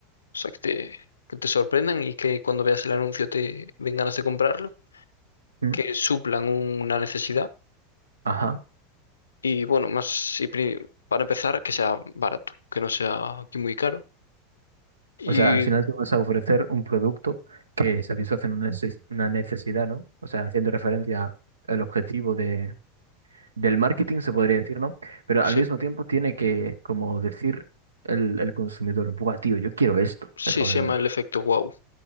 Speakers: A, on the left; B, on the right.
A: o sea, que te, que te sorprendan y que cuando veas el anuncio te den ganas de comprarlo,
B: ¿Mm?
A: que suplan un- una necesidad
B: Ajá.
A: y bueno, más, y pri- para empezar, que sea barato, que no sea aquí muy caro. Y
B: O sea, al final tú vas a ofrecer un producto que satisface una neces- una necesidad, ¿no? O sea, haciendo referencia al objetivo de, del marketing, se podría decir, ¿no? Pero
A: sí.
B: al mismo tiempo tiene que, como decir el, el consumidor, buah, tío, yo quiero esto,
A: Sí,
B: que acabo
A: se
B: de
A: llama
B: ver.
A: el efecto wow.